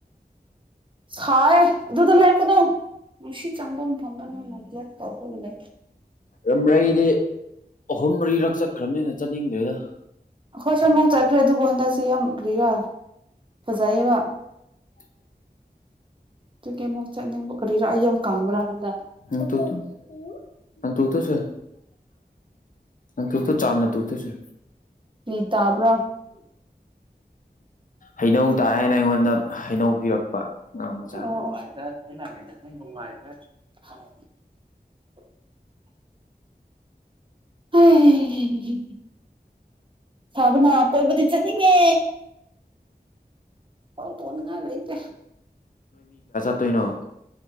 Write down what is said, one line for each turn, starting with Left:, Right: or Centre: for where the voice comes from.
Right: ꯁꯥꯏꯌꯦ ꯑꯗꯨꯗ ꯂꯩꯔꯛꯀꯅꯣ ꯅꯨꯡꯁꯤꯠ ꯆꯪꯐꯝ ꯐꯪꯗꯦꯔꯒ ꯅꯪꯅ ꯕ꯭ꯂꯣꯛ ꯇꯧꯔꯒ ꯂꯩꯌꯦ
Left: ꯔꯝꯔꯩ ꯗꯤ ꯑꯍꯨꯝ ꯃꯔꯤꯔꯛ ꯆꯠꯈ꯭ꯔꯕꯅꯤꯅ ꯆꯠꯅꯤꯡꯗ꯭ꯔꯦꯗ
Right: ꯑꯩꯈꯣꯏꯁꯨ ꯑꯃꯨꯛ ꯆꯠꯈ꯭ꯔꯦ ꯑꯗꯨꯕꯨ ꯍꯟꯗꯛꯁꯤ ꯌꯥꯝ ꯀ꯭ꯔꯤꯔꯥ ꯐꯖꯩꯌꯦꯕ
Left: <inaudible>
Right: ꯑꯗꯨꯒꯤ ꯑꯃꯨꯛ ꯆꯠꯅꯤꯡꯕ ꯀꯔꯤꯔꯥ ꯑꯩ ꯌꯥꯝ ꯀꯪꯕ꯭ꯔꯥ ꯍꯟꯗꯛ
Left: <unintelligible> ꯑꯪ ꯇꯨꯊꯁ ꯇꯨꯊ ꯆꯝꯅ ꯇꯨꯊꯁ
Right: ꯔꯤ ꯇꯥꯕ꯭ꯔꯥ
Left: ꯍꯩꯅꯧ ꯇꯥꯏꯌꯦꯅ ꯑꯩꯉꯣꯟꯗ ꯍꯩꯅꯧ ꯄꯤꯔꯛꯄ ꯑꯉꯥꯡ ꯃꯆꯥꯅ
Right: ꯑꯣ ꯑꯣ <unintelligible> ꯑꯦꯍ ꯁꯥꯕꯅ ꯀꯣꯏꯕꯗꯤ ꯆꯠꯅꯤꯡꯉꯦ ꯇꯣꯡꯅꯉꯥꯢ ꯂꯩꯇꯦ
Left: ꯀꯩꯅꯣ